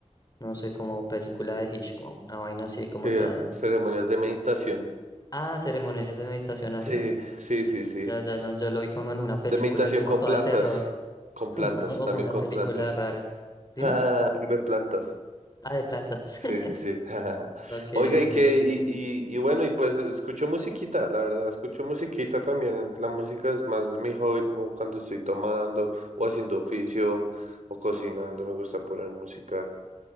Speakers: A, on the left; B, on the right.
A: no sé, como película de Hitchcock, una vaina así como
B: eh,
A: toda...
B: ceremonias de meditación.
A: Ah, ceremonias de meditación haces.
B: Sí, sí, sí, sí.
A: Ya, ya, no, yo lo vi como en una película
B: De meditación
A: y como
B: con
A: toda
B: plantas,
A: de terror.
B: con
A: <laughs>
B: plantas,
A: Como o-
B: también
A: una
B: con
A: película
B: plantas.
A: rara.
B: <laughs>
A: Dime.
B: Ah, de plantas.
A: Ah, de plantas.
B: Sí,
A: <laughs>
B: sí, sí. <laughs>
A: Ok,
B: Oiga,
A: ok,
B: y que,
A: super.
B: y, y, y bueno, y pues escucho musiquita, la verdad, escucho musiquita también. La música es más mi hobby, como cuando estoy tomando o haciendo oficio o cocinando, me gusta poner música